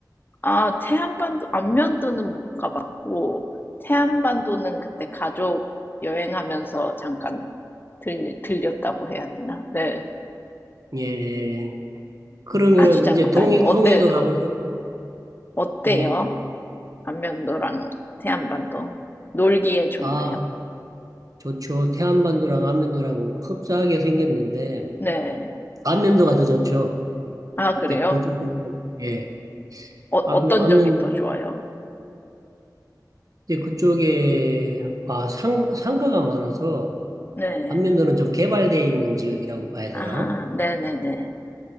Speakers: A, on the left (about 30°); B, on the right (about 55°).
A: 아, 태안반도, 안면도는 못 가봤고, 태안반도는 그때 가족 여행하면서 잠깐 들, 들렸다고 해야 되나? 네,
B: 예. 그러면은
A: 아주 잠깐이요.
B: 이제 동해
A: 어때,
B: 동해도 가보셨고
A: 어, 어때요?
B: 예.
A: 안면도랑 태안반도 놀기에 좋나요?
B: 아. 좋죠. 태안반도랑 안면도랑 흡사하게 생겼는데,
A: 네.
B: 안면도가 더 좋죠.
A: 아, 그래요?
B: 이제 그, 그- 예.
A: 어,
B: 안면,
A: 어떤
B: 안면도,
A: 점이 더 좋아요?
B: 이제 그쪽에, 아, 상, 상가가 많아서,
A: 네.
B: 안면도는 좀 개발되어 있는 지역이라고 봐야 되나?
A: 아, 네네네.